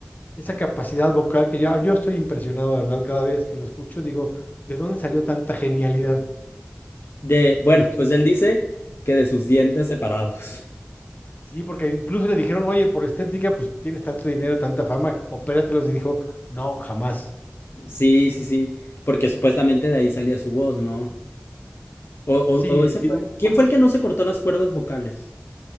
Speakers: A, on the left (about 40°); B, on the left (about 60°).
A: esa capacidad vocal que yo, yo estoy impresionado, de verdad, cada vez que lo escucho, digo, ¿de dónde salió tanta genialidad?
B: De, bueno, pues él dice que de sus dientes separados.
A: Sí, porque incluso le dijeron, oye, por estética, pues tienes tanto dinero, tanta fama, opératelos. Y dijo, no, jamás.
B: Sí, sí, sí. Porque supuestamente de ahí salía su voz, ¿no? O,
A: Sí,
B: o, o ese
A: tiene-
B: fue. ¿Quién fue el que no se cortó las cuerdas vocales?